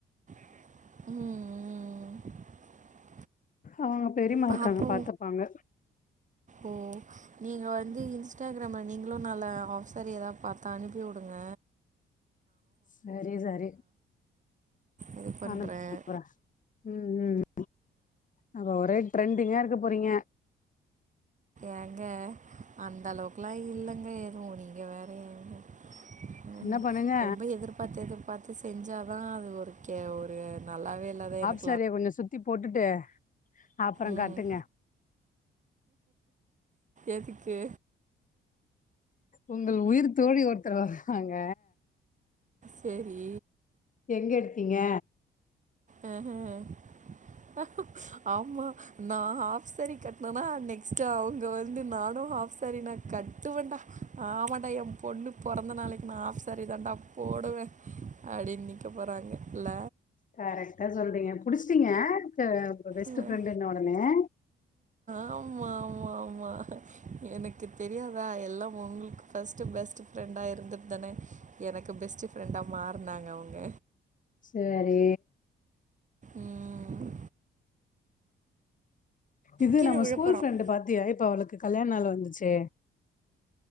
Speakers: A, on the right; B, on the left.
A: உம் உம்
B: அவங்க பெரியமா
A: பாப்போ
B: இருக்காங்க பாத்துப்பாங்க
A: ஓ நீங்க வந் ந்து இன்ஸ்டாகிராம நீங்ளு நல்ல ஹாஃப் சேரி எதாவ் பாத்தா அனுப்பிவுடுங்க
B: செரி செரி
A: இது பண்ணுறேன்
B: அனுப்புற உம் உம் உம் அங்க ஒரே ட்ரெண்டிங்கா இருக்க போறீங்க
A: ஏங்க அந்த அளவுக்குல்லா இல்லங்க எதுவு நீங்க வேற ஏங்க ம்
B: என்ன
A: ம்
B: பண்ணுங்க
A: ரொம்ப எதிர்பாத்து எதிர்பாத்து செஞ்சா தா அது ஒரு கேவ் ஒரு நல்லாவே இல்லத எனக்
B: சேரி கொஞ்சோ சுத்தி போட்டுட்டே அப்பறோ
A: ம்
B: கட்டுங்க
A: எதுக்கு
B: உங்கள் உயிர் தோழி ஒருத்தர் வராங்க
A: சரி
B: எங்க எடுத்தீங்க
A: அ ஆ ம் ஆமா நா ஹாஃப் சாரி கட்னனா நெக்ஸ்ட்டு அவுங்க வந்து நானு ஹாஃப் சேரி நா கட்டுவேண்டா ஆமான்டா என் பொண்ணு பொறந்த நாளைக்கு நா ஹாஃப் சாரி தாண்டா போ போடுவே அப்டின்னு நிக்க போறாங்க இல்ல
B: கரெக்ட்டா சொல்றீங்க புடிச்சிட்டீங்க த பெஸ்ட்
A: அஹ்,
B: ஃப்ரெண்டுன்ன ஒடனையே
A: ஆமா ஆமா ஆமா எனக்கு தெரியாதா எல்லா உங்களுக்கு ஃபர்ஸ்ட்டு பெஸ்ட்டு ஃப்ரெண்டா இருந்துட் தானே எனக்கு பெஸ்ட் ஃப்ரெண்டா மாறுனாங்க அவுங்க
B: சேரி
A: ம்.
B: இது
A: கீழ
B: நம்ம
A: விழப்போறோம்.
B: ஸ்கூல் ஃப்ரெண்டு பாத்தியா இப்ப அவளுக்கு கல்யாண நாளு வந்துச்சே